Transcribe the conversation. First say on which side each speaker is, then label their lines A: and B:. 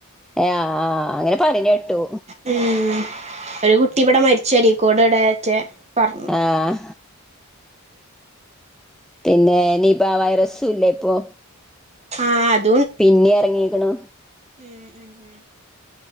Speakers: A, in the centre; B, on the right (about 30°).
A: ഏ ആ അങ്ങനെ പറഞ് കേട്ടു
B: ഉം ഒരു കുട്ടി ഇവിടെ മരിച്ചക്കോട് ഇടറ്റേ പറഞ്ഞു
A: ആഹ് പിന്നെ നിബ വൈറസും ഇല്ല ഇപ്പൊ
B: ആഹ അതെ
A: പിന്നെ ഇറങ്ങീക്കണോ
B: ഉം ഉം ഉം